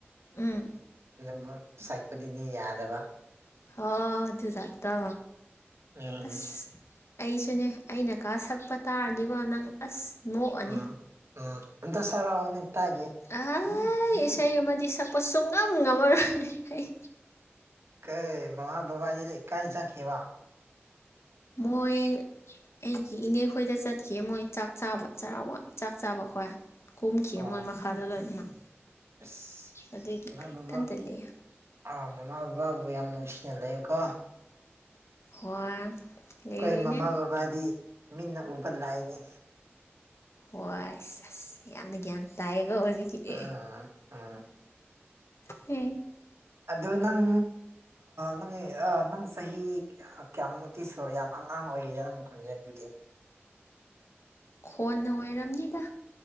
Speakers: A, on the left; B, on the right.
A: ꯎꯝ
B: ꯑꯗꯨ ꯁꯥꯏꯄꯗꯤꯅꯤ ꯌꯥꯗꯕ
A: ꯍ ꯑꯗꯨꯖꯔꯗ
B: ꯎꯝ
A: ꯑꯁ ꯑꯩꯁꯨꯅꯦ ꯑꯩꯅꯀꯥ ꯁꯛꯄ ꯇꯥꯔꯗꯤꯀꯣ ꯅꯪ ꯑꯁ ꯅꯣꯛꯑꯅꯤ
B: ꯎꯝ ꯎꯝ ꯑꯗ ꯁꯔꯅꯤꯠꯇꯒꯤꯦ
A: ꯑꯩ ꯏꯁꯩ ꯑꯃꯗꯤ ꯁꯛꯄꯁꯨꯨꯡ ꯉꯝ ꯉꯝꯃꯔꯣꯏ ꯑꯩ
B: ꯀꯩ ꯃꯥꯃ ꯕꯥꯖꯤ ꯂꯩ ꯀꯥꯏ ꯆꯈꯦ ꯋꯥ
A: ꯃꯣꯏ ꯑꯩꯒꯤ ꯏꯅꯦ ꯈꯣꯏꯗ ꯆꯠꯈꯤ ꯃꯣꯏ ꯆꯥꯛ ꯆꯥꯕ ꯆꯔ ꯆꯥꯛ ꯆꯥꯕ ꯍꯣꯏ ꯀꯣꯝꯈꯤ
B: ꯑꯣ
A: ꯑꯃꯣꯏ ꯃꯈꯥꯗꯣ ꯂꯣꯏꯅꯃꯛ
B: ꯑꯁ
A: ꯑꯗꯨꯒꯤ
B: ꯏꯃꯥ ꯕꯕꯥ
A: ꯏꯊꯟꯇ ꯂꯩꯦ
B: ꯑꯥ ꯃꯃꯥ ꯕꯕꯥꯕꯨ ꯌꯥꯝ ꯅꯨꯡꯁꯤꯅ ꯂꯩꯕꯀꯣ
A: ꯍꯣꯏ ꯂꯩꯔꯤꯅꯦ
B: ꯑꯩꯈꯣꯏ ꯃꯃꯥ ꯕꯕꯥꯗꯤ ꯃꯤꯅ ꯎꯕ ꯂꯥꯏꯅꯤ
A: ꯍꯣꯏꯁ ꯑꯁ ꯌꯥꯝꯅ ꯒ꯭ꯌꯥꯟ ꯇꯥꯏꯌꯦꯒ ꯍꯧꯖꯤꯛ ꯀꯗ
B: ꯎꯝ ꯎꯝ
A: ꯍ
B: ꯑꯗꯨ ꯅꯪ ꯅꯪ ꯅꯪ ꯆꯍꯤ ꯀꯌꯥꯝꯃꯨꯛꯇꯤ ꯁꯨꯔ ꯌꯥꯝ ꯑꯉꯥꯡ ꯑꯣꯏꯔꯤꯗꯅ ꯅꯪꯛ ꯈꯣꯟꯖꯦꯜ ꯑꯗꯨꯗꯤ
A: ꯈꯣꯟꯅ ꯑꯣꯏꯔꯝꯅꯤꯗ